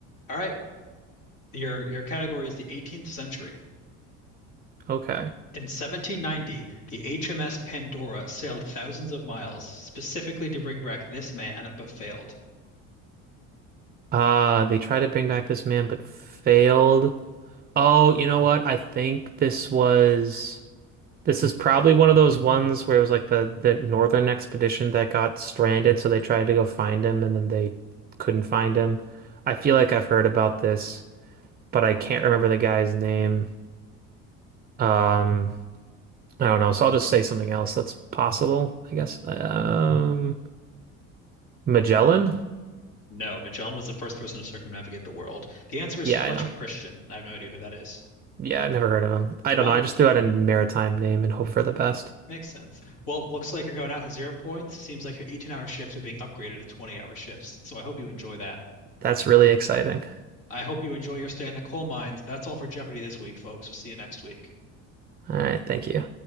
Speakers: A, on the left; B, on the right.
A: All right, your your category is the 18th century.
B: Okay.
A: In 1790, the HMS Pandora sailed thousands of miles specifically to bring back this man, but failed.
B: Uh, they tried to bring back this man but failed. Oh, you know what? I think this was this is probably one of those ones where it was like the the Northern Expedition that got stranded, so they tried to go find him and then they couldn't find him. I feel like I've heard about this, but I can't remember the guy's name. Um, I don't know, so I'll just say something else that's possible, I guess. Um, Magellan?
A: No, Magellan was the first person to circumnavigate the world. The answer is
B: Yeah,
A: Fletcher
B: I know.
A: Christian. I have no idea who that is.
B: Yeah, I've never heard of him. I
A: Well,
B: don't know. I just threw out a maritime name and hope for the best.
A: makes sense. Well, looks like you're going out with zero points. Seems like your 18-hour shifts are being upgraded to 20-hour shifts. So I hope you enjoy that.
B: That's really exciting.
A: I hope you enjoy your stay in the coal mines. That's all for Jeopardy this week, folks. We'll see you next week.
B: All right, thank you.